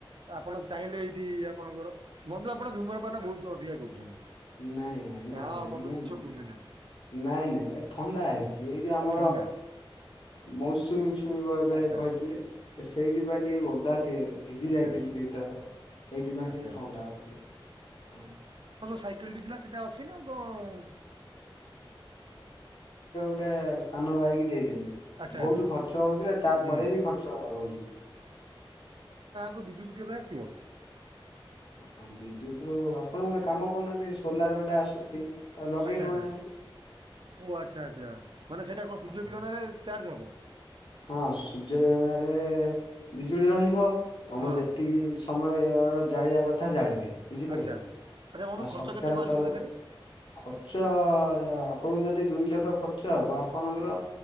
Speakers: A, on the right; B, on the left.
A: ଆପଣ ଚାହିଁଲେ ଏଇଠି। ଆପଣଙ୍କର ବନ୍ଧୁ ଆପଣ ଧୁମ୍ରପାନ ବହୁତ ଅଧିକା କରୁଛନ୍ତି।
B: ନାଇଁ ନା ନାଇଁ
A: ହଁ
B: ନାଇଁ
A: ବନ୍ଧୁ
B: ମୁଁ
A: ମିଛ
B: ନୁହଁ।
A: କୁହନ୍ତୁନି ଆପଣ
B: ନାଇଁ ନାଇଁ ଏ ଥଣ୍ଡା ହେଇଛି ଏଇ। ଯେ ଆମର
A: ଆଉ ଥଣ୍ଡା
B: ମଉସୁମି ଛୁଇଁବ ଏବେ
A: ଆଚ୍ଛା
B: କହିଥିଲେ।
A: ଆଚ୍ଛା
B: ସେଇଥି ପାଇଁ ଟିକେ। କି ଓଦା ତେ। ଭିଜି
A: ଆଚ୍ଛା
B: ଯାଇଥିଲି
A: ଆଚ୍ଛା
B: ଦିଥର। ସେଇଥିପାଇଁ
A: ଆଚ୍ଛା ଆଚ୍ଛା
B: ଟିକ ଥଣ୍ଡା ଅଛି ହଁ।
A: ସାଇକେଲ ଟି ଥିଲା ସେଇଟା ଅଛି ନା କଣ।
B: ସେଟା ସାନ ଭାଇକି ଦେଇଦେଲି।
A: ଆଚ୍ଛା
B: ବହୁତ
A: ଆଚ୍ଛା
B: ଖର୍ଚ୍ଚ ହଉଥିଲା ତାପରେ
A: ହୁଁ
B: ବି ଖର୍ଚ୍ଚ ହଉଛି।
A: କୁ ବିଦ୍ୟୁତ୍ କେବେ ଆସିବ।
B: ଆ ଆ ବିଦ୍ୟୁତ ଆପଣଙ୍କ ଗୋଟେ କାମ କରୁନାହାନ୍ତି। ସୋଲାର ଗୋଟେ ଆସୁଛି। ତାକୁ ଲଗେଇ
A: ଆଚ୍ଛା
B: ଦଉନାହାନ୍ତି।
A: ଆଚ୍ଛା ଓ ଆଚ୍ଛା ଆଛା ମାନେ ସେଇଟା କଣ ସୂର୍ଯ୍ୟ
B: ହଁ
A: କିରଣରେ ଚାର୍ଜ ହବ।
B: ହଁ ସୂଯ୍ୟ କିରଣ ରେ। ବିଜୁଳି ରହିବ। ତମର
A: ହଁ
B: ଯେତିକି ସମୟର। ଜାଳିବା କଥା ଜାଳିବେ। ବୁଝିପାଇଲେ।
A: ଆଚ୍ଛା। ଆଚ୍ଛା ବନ୍ଧୁ
B: ଆଉ
A: ଖର୍ଚ୍ଚ
B: ସରକାର
A: କେତେ କଣ ଆସିବ
B: ତରଫ
A: ତା ଦେହରେ
B: ଖର୍ଚ୍ଚ ଅ ଆପଣଙ୍କୁ ଯଦି ଦୁଇ ଲକ୍ଷ ଖର୍ଚ୍ଚ। ଖର୍ଚ୍ଚ ହବ ଆପଣଙ୍କର